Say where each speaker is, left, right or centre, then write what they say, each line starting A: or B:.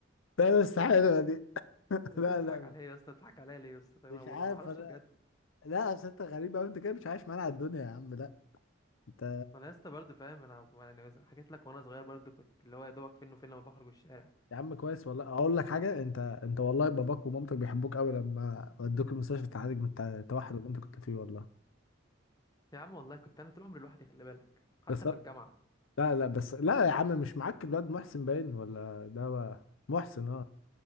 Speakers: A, on the left; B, on the left.
A: بس حلوة دي <laughs>
B: يا
A: لا
B: اسطى تضحك
A: لا لا
B: عليا يا اسطى تضحك عليا ليه يا اسطى طيب
A: مش
B: انا والله
A: عارف
B: ما اعرفش
A: انا
B: بجد
A: لا اصل انت غريب قوي انت كده مش عايش معانا على الدنيا يا عم لا انت
B: انا يا اسطى برضه فاهم انا يعني حكيت لك وانا صغير برضه كنت اللي هو يا دوبك فين وفين لما بخرج الشارع
A: يا عم كويس والله اقول لك حاجه انت انت والله باباك ومامتك بيحبوك قوي لما ودوك المستشفى تعالج من الت- التوحد اللي انت كنت فيه والله
B: يا عم والله كنت انا طول عمري لوحدي خلي بالك حتى
A: بس
B: في الجامعه
A: لا لا بس لا يا عم مش معاك الواد محسن باين ولا ده هو- محسن اه